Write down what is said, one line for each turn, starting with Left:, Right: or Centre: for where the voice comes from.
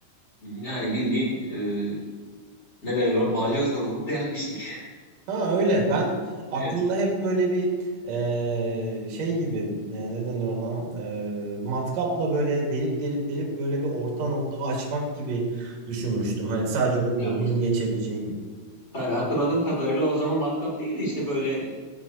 Left: Yani bildiğin e, ne derler ona balyozla vurup delmiştik.
Right: Ha öyle. Ben aklımda
Left: Evet.
Right: hep böyle bir eee, şey gibi ne, ne denir ona? Eee, matkapla böyle delip delip delip böyle bir orta nokta açmak gibi düşünmüştüm. Hani sadece o
Left: Ya
Right: borunun
Left: biz
Right: geçebileceği gibi.
Left: yani hatırladığım kadarıyla o zaman matkap değildi işte böyle